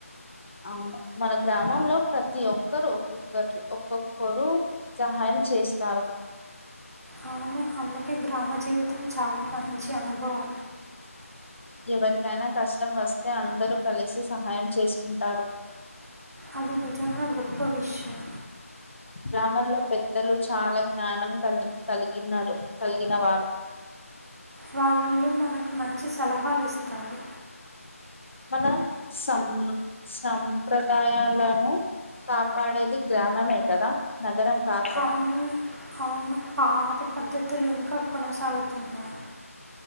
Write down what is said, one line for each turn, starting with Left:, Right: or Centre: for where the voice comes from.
Left: అవును మన గ్రామంలో ప్రతి ఒక్కరు ఒక్కొక్కరు ఒక్కొక్కరు సహాయం చేస్తారు
Right: అవును అందుకే గ్రామ జీవితం చాలా మంచి అనుభవం
Left: ఎవరికైనా కష్టం వస్తే అందరూ కలిసి సహాయం చేసుకుంటారు
Right: అది నిజంగా గొప్ప విషయం
Left: గ్రామంలో పెద్దలు చాలా జ్ఞానం క కలిగిన కలిగినవారు
Right: వాళ్ళు మనకు మంచి సలహాలు ఇస్తారు
Left: మన సం సంప్రదాయాలను కాపాడేది గ్రామమే కదా నగరం కాదు కదా
Right: అవును అవును పాత పద్ధతులు ఇంకా కొనసాగుతున్నాయి